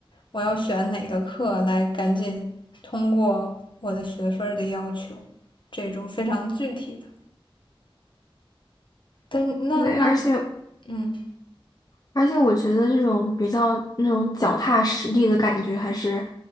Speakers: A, on the left; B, on the left.
A: 我要选哪个课来赶紧通过我的学分的要求，这种非常具体的。但是那那
B: 对，而且
A: 嗯，
B: 而且我觉得这种比较那种脚踏实地的感觉，还是